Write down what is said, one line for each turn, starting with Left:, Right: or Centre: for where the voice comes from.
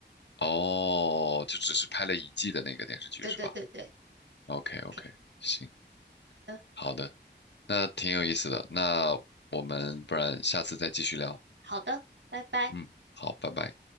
Left: 哦，就只是拍了一季的那个电视剧是吧？
Right: 对对对对
Left: OK OK，
Right: ，OK
Left: 行，
Right: 的，
Left: 好的，那挺有意思的，那我们不然下次再继续聊。
Right: 好的，拜拜。
Left: 嗯，好，拜拜。